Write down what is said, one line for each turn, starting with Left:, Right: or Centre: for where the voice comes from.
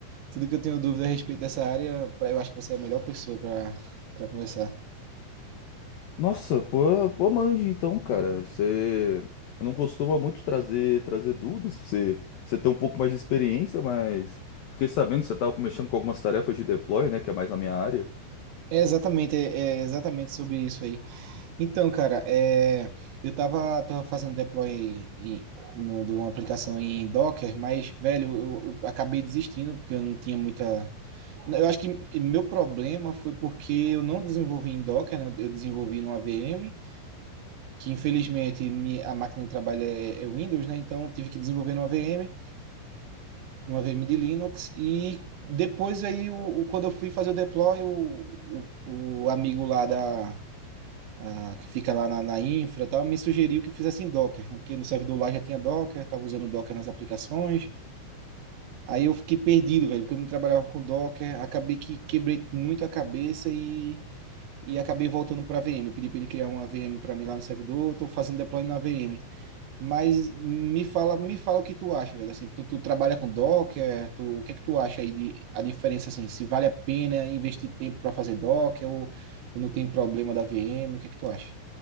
Right: tudo que eu tenho dúvida a respeito dessa área, pra- eu acho que você é a melhor pessoa para para conversar.
Left: Nossa, pô, pô, mande então, cara. Você não costuma muito trazer trazer dúvidas. Você, você tem um pouco mais de experiência, mas fiquei sabendo que você tava mexendo com algumas tarefas de deploy, né? Que é mais a minha área.
Right: É exatamente, é, é exatamente sobre isso aí. Então, cara, é, eu tava, tava fazendo deploy em- no, de uma aplicação em Docker, mas, velho, eu, eu acabei desistindo porque eu não tinha muita Eu acho que meu problema foi porque eu não desenvolvi em Docker, né? Eu desenvolvi numa VM, que infelizmente mi- a máquina do trabalho é, é Windows, né? Então eu tive que desenvolver numa VM, numa VM de Linux. E depois aí, o, o- quando eu fui fazer o deploy, o, o, o amigo lá da, a- que fica lá na, na infra e tal, me sugeriu que fizesse em Docker, né? Porque no servidor lá já tinha Docker, estava usando Docker nas aplicações. Aí eu fiquei perdido, velho, porque eu não trabalhava com Docker, acabei que quebrei muito a cabeça e e acabei voltando para a VM. Eu pedi para ele criar uma VM para mim lá no servidor, estou fazendo deploy na VM. Mas me fala, me fala o que tu acha, velho. Assim, tu, tu trabalha com Docker, tu, o que é que tu acha aí de a diferença assim, se vale a pena investir tempo para fazer Docker ou, ou não tem problema da VM, o que é que tu acha?